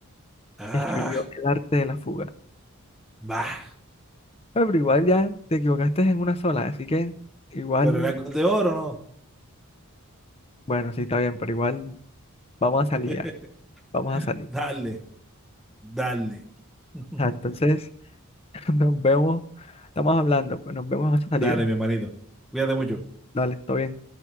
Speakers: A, in the centre; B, on the left.
A: Ah,
B: escribió El arte de la fuga.
A: va.
B: Ah, Pero igual ya te equivocaste en una sola, así que igual,
A: Pero era gol de oro, ¿no?
B: bueno, sí está bien, pero igual vamos a salir
A: <laughs>
B: ya, vamos a salir.
A: Dale, dale. <laughs>
B: Ah, Entonces, <laughs> nos vemos, estamos hablando, pues nos vemos en esa salida.
A: Dale, mi hermanito. Cuídate mucho.
B: Dale, todo bien.